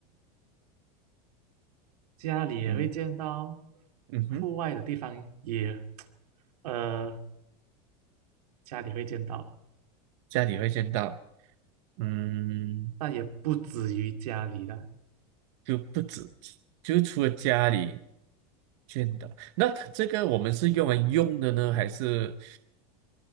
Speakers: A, on the right; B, on the right.
A: 家里也会见到，
B: 嗯嗯哼，
A: 户外的地方也，呃，家里会见到，
B: 家里会见到，嗯，
A: 但也不止于家里的，
B: 就不止，就除了家里见到，那它这个我们是用来用的呢，还是